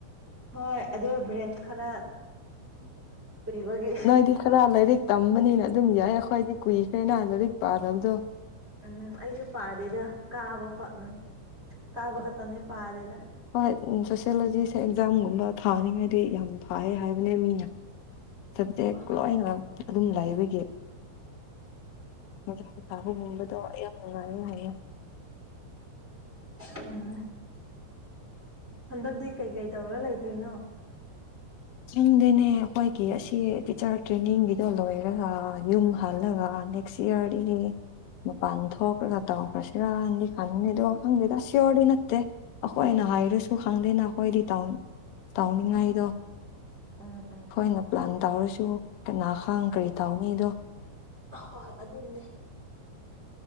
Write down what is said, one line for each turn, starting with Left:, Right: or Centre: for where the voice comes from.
Right: ꯍꯣꯏ ꯑꯗꯨꯗ ꯕ꯭ꯔꯦꯟ ꯈꯔ ꯀꯨꯏꯕꯒꯤ
Left: ꯅꯣꯏꯗꯤ ꯈꯔ ꯂꯥꯏꯔꯤꯛ ꯇꯝꯕꯅꯤꯅ ꯑꯗꯨꯝ ꯌꯥꯏ ꯑꯩꯈꯋꯥꯏꯗꯤ ꯀꯨꯏꯈ꯭ꯔꯦꯅ ꯂꯥꯏꯔꯤꯛ ꯄꯥꯗꯕꯗꯣ
Right: ꯎꯝ ꯑꯩꯁꯨ ꯄꯥꯗꯦꯗ ꯀꯥꯕ ꯈꯣꯠꯅ ꯀꯥꯕ ꯈ ꯇꯅꯤ ꯄꯗꯦꯗꯥ
Left: ꯍꯣꯏ ꯁꯣꯁꯤꯌꯣꯂꯣꯖꯤꯁꯦ ꯑꯦꯛꯖꯥꯝꯒꯨꯝꯕ ꯊꯥꯅꯤꯡꯉꯥꯏꯗꯤ ꯌꯥꯝ ꯐꯥꯏ ꯍꯥꯏꯕꯅꯦ ꯃꯤꯅ ꯁꯕꯖꯦꯛ
Right: ꯎꯝ
Left: ꯂꯣꯏꯅ ꯑꯗꯨꯝ ꯂꯩꯕꯒꯤ ꯖꯥꯡ ꯊꯥꯕꯒꯨꯝꯕꯗꯣ ꯌꯥꯝ ꯅꯨꯡꯉꯥꯏꯌꯦ ꯍꯥꯏꯌꯦ <unintelligible>
Right: ꯎꯝ ꯍꯟꯗꯛꯇꯤ ꯀꯩꯀꯩ ꯇꯧꯔꯒ ꯂꯩꯇꯣꯏꯅꯣ
Left: ꯆꯨꯝꯗꯣꯏꯅꯦ ꯑꯩꯈꯣꯏꯒꯤ ꯑꯁꯤ ꯇꯤꯆꯔ ꯇ꯭ꯔꯦꯅꯤꯡꯒꯤꯗꯣ ꯂꯣꯏꯔꯒ ꯌꯨꯝ ꯍꯜꯂꯒ ꯁꯤ ꯌꯥꯦ ꯃꯄꯥꯟ ꯊꯣꯛꯈ꯭ꯔꯒ ꯇꯧꯈ꯭ꯔ ꯁꯤꯔꯗꯤ ꯈꯟꯗꯗꯣ ꯈꯪꯗꯦꯗꯁ ꯌꯔꯗꯤ ꯅꯠꯇꯦ ꯑꯩꯈꯣꯏꯅ ꯍꯥꯏꯔꯁꯨ ꯈꯪꯗꯦꯅ ꯑꯩꯈꯣꯏꯗꯤ ꯇꯥꯎꯅꯤꯡꯉꯥꯏꯗꯣ
Right: ꯎꯝ ꯎꯝ
Left: ꯑꯩꯈꯣꯏꯅ ꯄ꯭ꯂꯥꯟ ꯇꯧꯔꯁꯨ ꯀꯅꯥ ꯈꯥꯡ ꯀꯔꯤ ꯇꯧꯅꯤꯗꯣ
Right: ꯍꯣꯏ ꯑꯗꯨꯅꯦ